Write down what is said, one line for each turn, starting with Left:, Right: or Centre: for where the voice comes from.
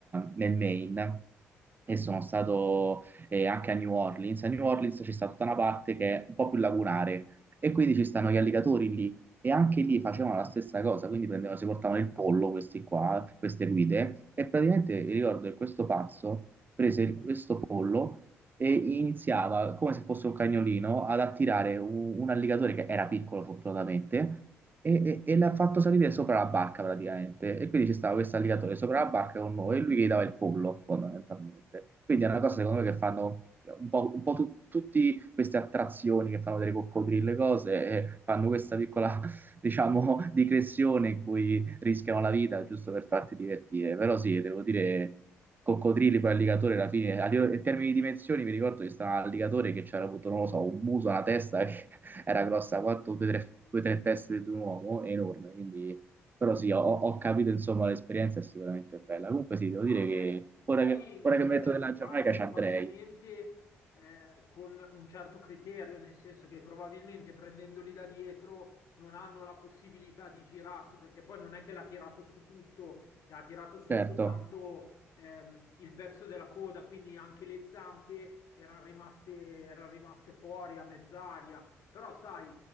Right: nel Maine e sono stato eh, anche a New Orleans. A New Orleans c'è stata tutta una parte che è un po' più lagunare e quindi ci stanno gli alligatori lì e anche lì facevano la stessa cosa, quindi prendevano, si portavano il pollo questi qua, queste guide e praticamente ricordo che questo pazzo prese il- questo pollo e iniziava, come se fosse un cagnolino, ad attirare un, un alligatore che era piccolo fortunatamente e, e- e l'ha fatto salire sopra la barca praticamente. E quindi ci stava questo alligatore sopra la barca con noi e lui che gli dava il pollo fondamentalmente. Quindi è una cosa secondo me che fanno un po', un po' tu- tutti queste attrazioni che fanno delle coccodrille, cose, e fanno questa piccola diciamo, di clessione in cui rischiano la vita giusto per farti divertire. Però sì, devo dire, coccodrilli poi alligatore alla fine, a livello- in termini di dimensioni, mi ricordo che stava l'alligatore che c'era avuto, non lo so, un muso, una testa che <laughs> era grossa quanto due o tre, due, tre teste di un uomo, enorme, quindi... Però sì, ho, ho capito, insomma, l'esperienza è sicuramente bella. Comunque sì, devo
Left: Ah,
Right: dire che
Left: beh,
Right: ora
Left: poi
Right: che, ora
Left: cioè,
Right: che mi metto nella
Left: lo fanno
Right: Giamaica ci
Left: probabilmente
Right: andrei,
Left: eh, con un certo criterio, nel senso che probabilmente prendendoli da dietro non hanno la possibilità di girarsi, perché poi non è che l'ha tirato su tutto, ha tirato su
Right: certo.
Left: soltanto ehm, il pezzo della coda, quindi anche le zampe erano rimaste, erano rimaste fuori a mezz'aria. Però sai,